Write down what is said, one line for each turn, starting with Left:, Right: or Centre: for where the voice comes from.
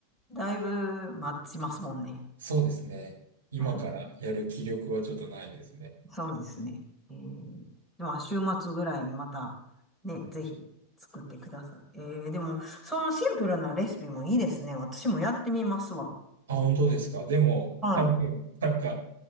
Centre: だいぶ待ちますもんね。
Right: そうですね。今からやる気力はちょっとないですね。
Centre: うん。そうですね。えー、まあ週末ぐらいにまたね、ぜひ作ってください。えー、でも、そのシンプルなレシピもいいですね。私もやってみますわ。
Right: あ、本当ですか。でも、
Centre: はい。
Right: 多分、なんか、